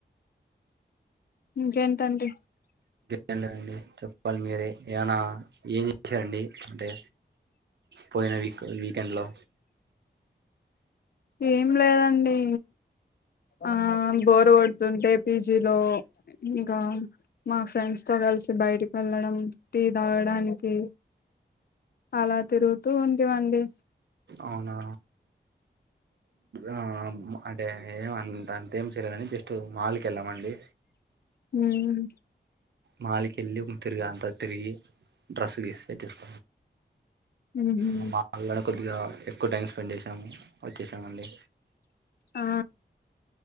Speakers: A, on the left (about 60°); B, on the right (about 70°).
A: ఇంకేంటండి
B: ఎం లేదండి చెప్పాలి మీరే ఏమనా ఏం చేశారండి అంటే పోయిన వీక్ వీకెండ్లో
A: ఏం లేదండి ఆ బోర్గో తుంటే పీజీలో ఇంకా మా ఫ్రెండ్స్ తో కలిసి బయటికి వెళ్ళడం టీ తాగడానికి అలా తిరుగుతూ ఉండేవండి
B: అవునా ఆ అంటే ఏమ్ అంతేం చేయలేదండి కానీ జస్ట్ మాల్ కి వెళ్ళామండి
A: మ్మ్.
B: మాలిక వెళ్ళి ఒక తిరిగా అంత తిరిగి డ్రెస్సు <unintelligible>
A: మ్హూ.
B: కొన్నా మాళనే కొద్దిగా ఎక్కువ టైం స్పెండ్ చేసాము వచ్చేసామ అండి
A: ఆ